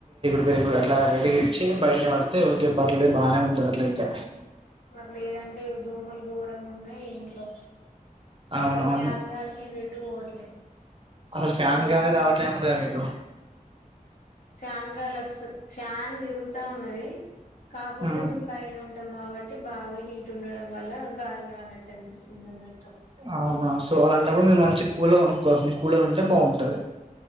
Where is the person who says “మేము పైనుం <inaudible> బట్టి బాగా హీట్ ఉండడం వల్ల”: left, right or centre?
Left